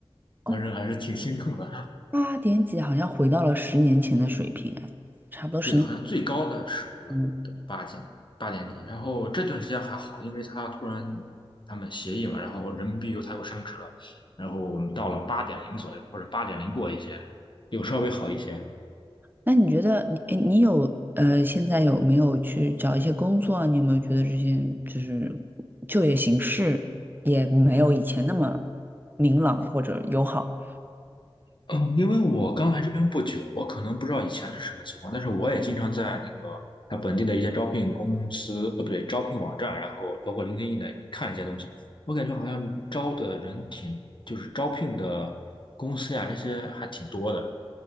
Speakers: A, on the right; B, on the left.
A: 哦，
B: 反正还是挺心痛的。
A: 八点几好像回到了十年前的水平，哎，差不多十
B: 对，好像最高的时候了，
A: 年。
B: 都八级八点几，然后这段时间还好，因为他突然他们协议嘛，然后人民币又它又升值了，然后我们到了八点零左右或者八点零过一些，又稍微好一些。
A: 那你觉得你，哎，你有呃，现在有没有去找一些工作啊？你有没有觉得这些就是就业形势也没有以前那么明朗或者友好？
B: 嗯，因为我刚来这边不久，我可能不知道以前是什么情况，但是我也经常在那个他本地的一些招聘公司，呃，不对，招聘网站，然后包括 l i n 的看一些东西。我感觉好像招的人挺，就是招聘的公司呀，这些还挺多的。